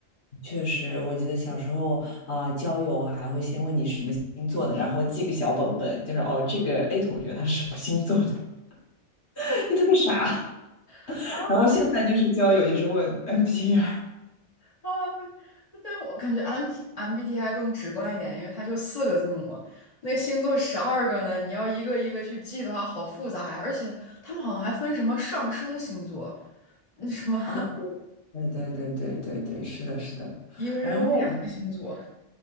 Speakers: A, on the left; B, on the left.
A: 确实，我记得小时候啊、交友还会先问你什么星座的，然后记个小本本，就是哦，这个 A 同学他是什么星座的，<laughs> 就特别傻。
B: <laughs>
A: 然后现在就是交友，就是问 MBTI
B: 啊，但我感觉 M T M B T I 更直观一点，因为它就四个字母，那星座十二个呢，你要一个一个去记的话，好复杂呀。而且他们好像还分什么上升星座，那什么 <laughs>
A: 啊，对对对对对对，是的，是的。
B: 一个人有两个星座。
A: 然后，